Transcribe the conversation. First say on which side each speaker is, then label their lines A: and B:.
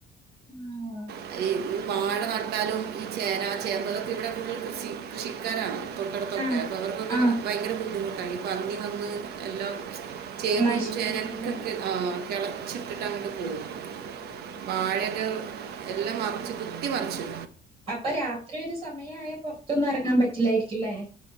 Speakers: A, on the right; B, on the right.
A: ആഹ്
B: <unintelligible> <inaudible> വാഴ ന കാലും ഈ ചേന, ചേമ്പ് ഇവിടെ ഫുൾ കൃഷി കൃഷിക്കാരാണ്. തൊട്ടടുത്തൊക്കെ
A: ആഹ്
B: അപ്പോൾ അവർക്കൊക്കെ
A: ആഹ്
B: ഭയങ്കര <unintelligible> പന്നി വന്ന് എല്ലാം ചേമ്പ്
A: നശിപ്പിക്കല്ലേ
B: ചേനക്കൊക്കെ ആഹ് കിളച്ചിട്ടിട്ട് അങ്ങോട്ട് പോവും വാഴയൊക്കെ എല്ലാം മറിച്ചു കുത്തി മറിച്ചു
A: അപ്പൊ രാത്രി ഒരു സമയ ആയാ പുറത്തൊന്നും ഇറങ്ങാൻ പറ്റില്ല റ്റില്ലാരിക്കും ലെ